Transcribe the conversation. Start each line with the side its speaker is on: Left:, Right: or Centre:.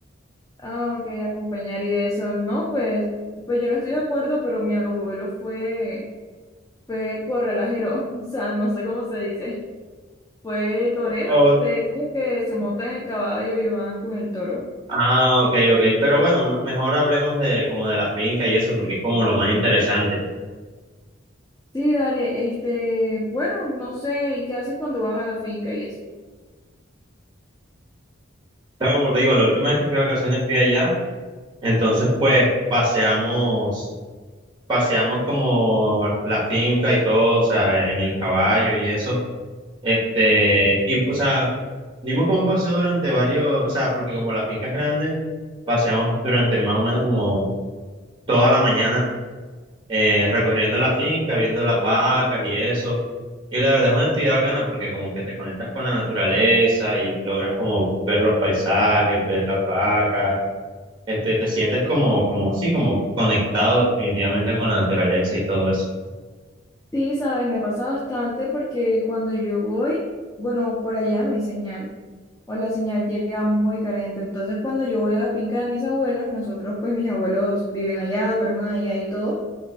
Left: Ah, ok, acompañar y eso. No, pues, pues yo no estoy de acuerdo, pero mi abuelo fue, fue corralajero, <laughs> o sea, no sé cómo se dice. Fue torero,
Right: Oh,
Left: de esos que se montan en caballo y van con el toro.
Right: ah, ok, ok. Pero bueno, m- mejor hablemos de como de la finca y eso, porque es como lo más interesante.
Left: Sí, dale, este, bueno, no sé, ¿y qué haces cuando vas a la finca y eso?
Right: O sea, como te digo, la última vez que fui de vacaciones fui allá, entonces pues paseamos, paseamos como la finca y todo, o sea, en el caballo y eso. Este, y, o sea, dimos como un paseo durante varios, o sea, porque como la finca es grande, paseamos durante más o menos como toda la mañana, eh, recorriendo la finca, viendo las vacas y eso. Y la verdad es una actividad bacana porque como que te conectas con la naturaleza y logras como ver los paisajes, ver las vacas, este, te sientes como, como, sí, como conectado definitivamente con la naturaleza y todo eso.
Left: Sí, sabes, me pasa bastante porque cuando yo voy, bueno, por allá no hay señal. o la señal llega muy carente. Entonces, cuando yo voy a la finca de mis abuelos, nosotros, pues mis abuelos viven allá, duermen allá y todo,